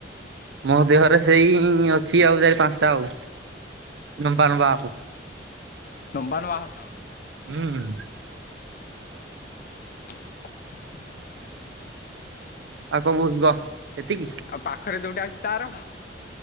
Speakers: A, on the right; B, on the left.
A: ମୋ ଦେହରେ ସେଇ ଅଛି ଆଉ ଚାରି ପାଞ୍ଚଟା ଆଉ, ନମ୍ବା ନମ୍ବା ଆଉ।
B: ନମ୍ବା ନମ୍ବା ହାଡ।
A: ହୁଁ।
B: <unintelligible>
A: ଆଉ କଣ କହୁଛି କହ ଏତିକି?
B: ଆଉ ପାଖରେ ଯୋଉଟା ଅଛି ତାର